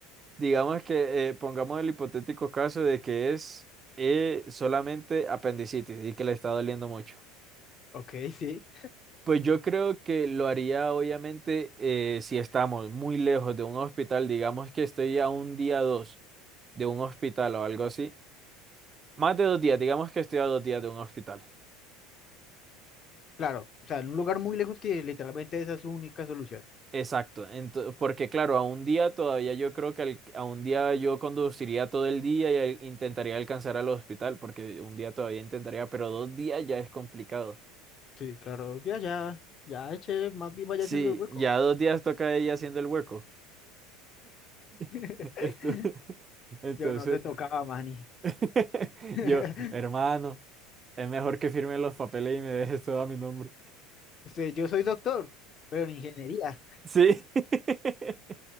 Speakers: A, on the right; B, on the left.
A: digamos que eh, pongamos el hipotético caso de que es eh, solamente apendicitis y que le está doliendo mucho.
B: Ok, sí,
A: Pues yo creo que lo haría obviamente eh, si estamos muy lejos de un hospital, digamos que estoy a un día o dos de un hospital o algo así, más de dos días, digamos que estoy a dos días de un hospital.
B: claro. O sea, en un lugar muy lejos que literalmente esa es su única solución.
A: Exacto, ento- porque claro, a un día todavía yo creo que al- a un día yo conduciría todo el día y al- intentaría alcanzar al hospital, porque un día todavía intentaría, pero dos días ya es complicado.
B: Sí, claro, ya, ya, ya eche, más bien vaya
A: Sí,
B: haciendo el hueco.
A: ya dos días toca ella haciendo el hueco. <laughs>
B: <laughs>
A: Esto- Entonces,
B: Yo no te tocaba, Manny.
A: <laughs>
B: <laughs>
A: yo, hermano. Es mejor que firme los papeles y me dejes todo a mi nombre.
B: Usted, yo soy doctor, pero en ingeniería.
A: Sí. <laughs>